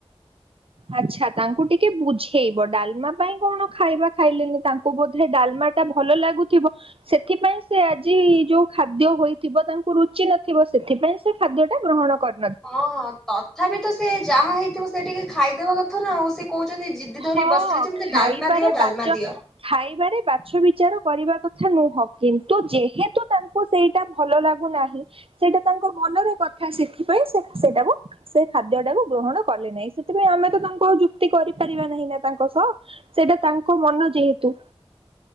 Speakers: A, on the right; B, in the centre.
A: ଆଚ୍ଛା ତାଙ୍କୁ ଟିକେ ବୁଝେଇବ ଡାଲମା ପାଇଁ କଣ ଖାଇବା ଖାଇଲେନି ତାଙ୍କୁ ବୋଧେ ଡାଲମା ଟା ଭଲ ଲାଗୁଥିବ ସେଥିପାଇଁ ସେ ଆଜି ଯୋଉ ଖାଦ୍ୟ ହୋଇଥିବ ତାଙ୍କୁ ରୁଚି ନଥିବ ସେଥିପାଇଁ ସେ ଖାଦ୍ୟ ଟା ଗ୍ରହଣ କରେ
B: ହଁ ହଁ ତଥାପି ତ ସେ ଯାହା ହେଇଥିବ ସେ ଟିକେ ଖାଇଦବା କଥା ନା ଆଉ ସେ କହୁଛନ୍ତି ଜି ଜିଦି ଧରି
A: ହଁ
B: ବସିଲେ ଯେ ମୋତେ
A: ଖାଇବାରେ
B: ଡାଲମା ଦିଅ ଡାଲମା
A: ବାଚ
B: ଦିଅ।
A: ଖାଇବାରେ ବାଛ ବିଚାର କରିବା କଥା ନୁହଁ କିନ୍ତୁ ଯେହେତୁ ତାଙ୍କୁ ତାଙ୍କୁ ସେଇଟା ଭଲ ଲାଗୁନାହିଁ ସେଇଟା ତାଙ୍କ ମନର କଥା ସେଥିପାଇଁ ସେ ସେଇଟାକୁ ସେ ଖାଦ୍ୟଟାକୁ ଗ୍ରହଣ କଲେ ନାହିଁ ସେଥିପାଇଁ ଆମେ ତ ତାଙ୍କୁ ଆଉ ଯୁକ୍ତି କରି ପାରିବା ନାହିଁ ନା ତାଙ୍କ ସହ ସେଇଟା ତାଙ୍କ ମନ ଯେହେତୁ।